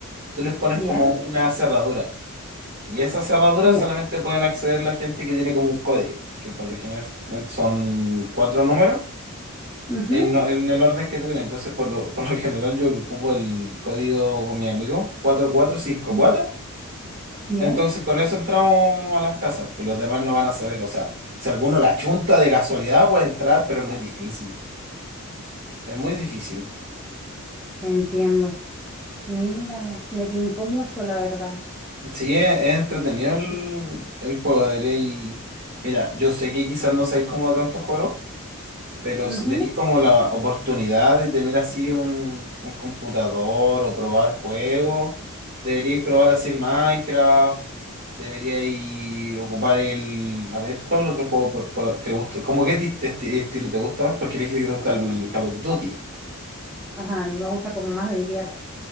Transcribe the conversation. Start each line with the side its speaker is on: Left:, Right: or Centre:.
Right: tú les pones
Centre: ¿Ya?
Right: como una cerradura. Y esas cerraduras
Centre: ¿Ya?
Right: solamente pueden acceder la gente que tiene como un código, que por lo general son cuatro números
Centre: Ujú,
Right: en, no- en el orden que tú tienes. Entonces, por lo, por lo general, yo ocupo el código con mi amigo, cuatro cuatro cinco
Centre: mm,
Right: cuatro
Centre: ¿Ya?
Right: Entonces, con eso entramos a las casas, pues los demás no van a saber. O sea, si alguno la chunta de casualidad puede entrar, pero es muy difícil. Es muy difícil.
Centre: Entiendo. Mira, me tincó mucho, la verdad.
Right: Sí, es, es entretenido el,
Centre: Sí.
Right: el juego, debería y... Mira, yo sé que quizás no sé cómo tantos juegos Pero
Centre: Ujú.
Right: si tenéis como la oportunidad de tener así un, un computador o probar juegos, deberíais probar así el Minecraft, deberíais ocupar el... A ver, ¿cuál otro juego por- por- te gusta? ¿Cómo qué ti- esti- estilo te gusta? Porque me dijiste que te gusta el Call of Duty.
Centre: Ajá, a mí me gusta como más de guerra,